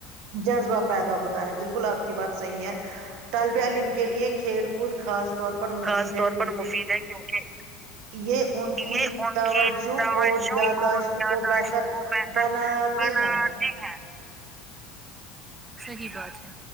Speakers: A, on the right; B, on the right.
A: جذبہ پیدا ہوتا ہے بالکل آپ کی بات صحیح ہے تالب علیم کے لیے کھیل کود خاص طور پر مفید
B: خاص
A: ہے
B: طور
A: کیونکہ
B: پر مفید ہے کیونکہ
A: یہ ان کی
B: یہ ان
A: توجہ
B: کی توج
A: اور
B: اور
A: یاداشت کو بہتر
B: شت کو بتر
A: بناتے
B: بی
A: ہیں
B: ہے صحیح بات ہے